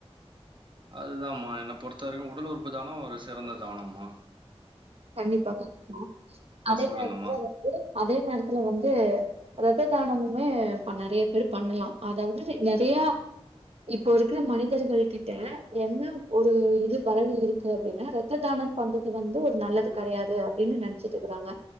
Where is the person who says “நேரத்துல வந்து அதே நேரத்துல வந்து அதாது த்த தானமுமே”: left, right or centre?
Right